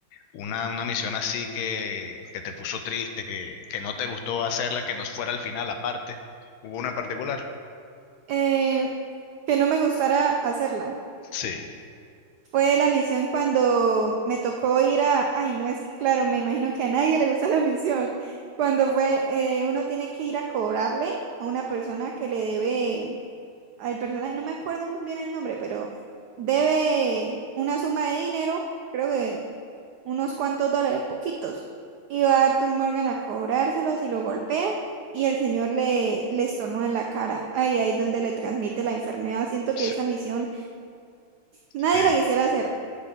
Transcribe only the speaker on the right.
eh, que no me gustara hacerla.
Fue la misión cuando me tocó ir a, ay, no, es que claro, me imagino que a nadie le gusta <laughs> la misión. Cuando fue, eh, uno tiene que ir a cobrarle a una persona que le debe, al personaje, no me acuerdo muy bien el nombre, pero debe una suma de dinero, creo que unos cuantos dólares, poquitos. Y va Arthur Morgan a cobrárselos y lo golpea y el señor le, le estornuda en la cara. Ahí, ahí donde le transmite la enfermedad. Siento
que esa misión nadie
la quisiera hacer.